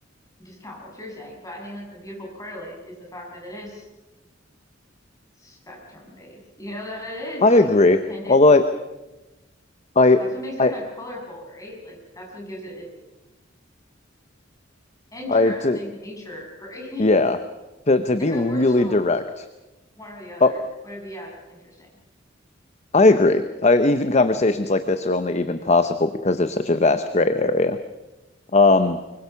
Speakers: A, on the left; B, on the left.
A: discount what you're saying, but I think like the beautiful part of life is the fact that it is spectrum based, you know, that it is
B: I
A: like
B: agree.
A: dependent.
B: Although I, I,
A: That's what makes it
B: I,
A: kind of colorful, right? Like that's what gives it its interesting
B: I, to,
A: nature, right?
B: yeah,
A: <laughs>
B: to to be
A: If it
B: really
A: were so
B: direct,
A: one or the other.
B: uh,
A: Would it be as interesting?
B: I agree. I, even conversations like this are only even possible because there's such a vast gray area. Um,